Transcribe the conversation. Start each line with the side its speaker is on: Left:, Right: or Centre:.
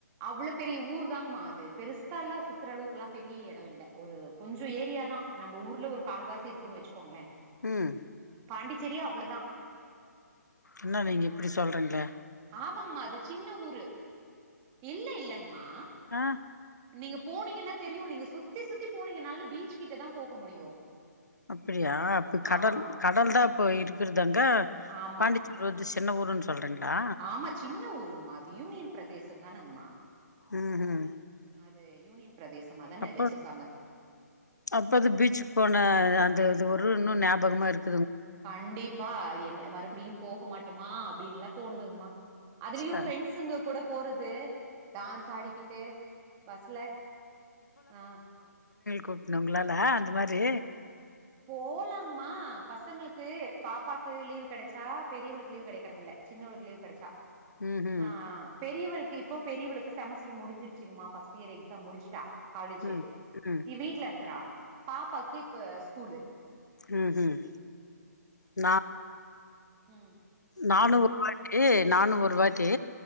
Right: அவ்ளோ பெரிய ஊர் தாங்கமா அது பெருசால்லா சுற்றுற அளவுக்குலா பெரிய எடோ இல்ல ஒரு கொஞ்ச ஏரியா தா நம்ம ஊர்ல ஒரு கால்வாசி இருக்குன்னு வச்சுக்கோங்ளே
Left: ம்
Right: பாண்டிச்சேரிய அவ்ளோதா
Left: என்ன நீங்க இப்டி சொல்கிறீங்ளே
Right: ஆமங்மா அது சின்ன ஊரு இல்ல இல்லங்மா
Left: அ
Right: நீங்க போனீங்கன்னா தெரியு நீங்க சுத்தி சுத்தி போனீங்கனால பீச் கிட்ட தா போக முடியு
Left: அப்பிடியா அப்ப கடல்
Right: ஆமா
Left: கடல் தான் இப்ப இருக்கறதாங்க
Right: ஆமா
Left: பாண்டிச்சூர் வந்து சின்ன ஊருன்னு சொல்றீங்களா
Right: ஆமா சின்ன ஊருங்கமா அது யூனியன் பிரதேச தானங்கமா
Left: ம் ம்
Right: ஆ து யூனியன் பிரதேசமா தானே
Left: அப்ப
Right: வச்சிருக்காங்க
Left: அப்பது பீச்சுக்கு போன அ இது ஒரு இன்னு ஞாபகமா இருக்கு
Right: கண்டிப்பா என்ன மறுபடியு போக மாட்டோமா அப்படின்னுல்லா தோணுதுங்கம்மா அதுலயு
Left: ஆ
Right: பிரரெண்ட்ஸுங்க கூட போறது டான்ஸ் ஆடிக்கிட்டு பஸ்ல ஆ
Left: கூடணுங்களால அந்த மாதிரி
Right: போலாங்கமா பசங்களுக்கு பாப்பாக்கு லீவு கிடைச்சா பெரியவளுக்கு லீவு கிடைக்கறதல சின்னவளுக்கு லீவு கிடைச்சா
Left: ம் ம்
Right: ஆ பெரியவள் இப்போ பெரியவளுக்கு செமஸ்டர் முடிஞ்சிருச்சுங்கமா ஃபர்ஸ்ட் இயர் எக்ஸா முடிச்சுட்டா காலேஜு
Left: ம் ம்
Right: இ வீட்டுல இருக்கிறா பாப்பாக்கு இப்ப ஸ்கூலு
Left: உம் உம் நா
Right: உம்
Left: நானு ஒருவாட்டி நானு ஒருவாட்டி